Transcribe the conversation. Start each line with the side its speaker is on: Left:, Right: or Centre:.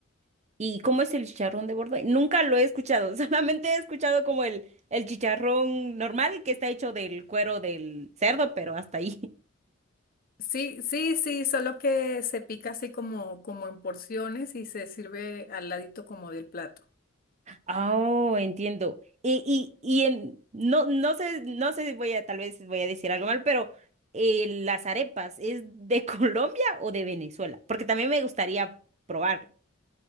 Right: ¿Y cómo es el chicharrón de Bordoy? Nunca lo he escuchado, <laughs> solamente he escuchado como el, el chicharrón normal que está hecho del cuero del cerdo, pero hasta ahí. <laughs>
Left: Sí, sí, sí, solo que se pica así como, como en porciones y se sirve al ladito como del plato.
Right: Oh, entiendo. Y, y, y en, no, no sé, no sé, si voy a, tal vez voy a decir algo mal, pero eh, las arepas, ¿es de <laughs> Colombia o de Venezuela? Porque también me gustaría probar.